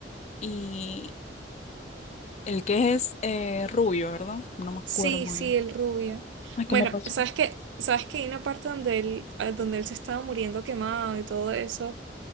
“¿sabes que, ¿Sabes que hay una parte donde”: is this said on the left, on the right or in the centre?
Right